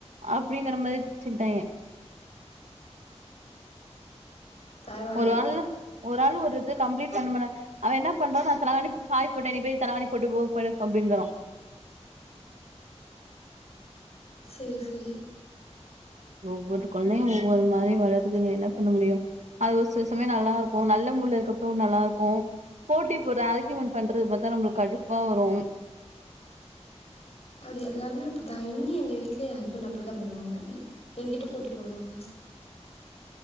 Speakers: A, on the right; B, on the left.
A: அப்டிங்கற மாரி பிரிச்சுக்கிட்டாங்க
B: பரவாயில்ல
A: ஒரு ஆள் ஒரு ஆளு ஒரு இது கம்ப்ளீட் பண்ணு முன்ன அவன் என்ன பண்றோம் நான் தலவாணி பாய் போட்ட நி போயி தலைவாணி போட்டு போ படு அப்டிங்கிறோம்
B: செரி செரி
A: ஒவ்வொரு கொழந்தையும் ஒவ்வொரு மாரி வளறுதுங்க என்ன பண்ண முடியும் அது ஒரு சில சமயம் நல்லா இருக்கும் நல்ல மூடூல இருக்கப்பவும் நல்லா இருக்கும் போட்டி போடுற ஆர்கயூமெண்ட் பண்றது பாத்தா நம்மளுக்கு கடுப்பா வரும்
B: அது எல்லாருமே அப்டிதான் இன்னி எங்க வீட்ல என் ஹஸ்பண்ட் அப்டிதான் பண்ணுவாங்க எங்கிட்ட போட்டி போடுவாங்க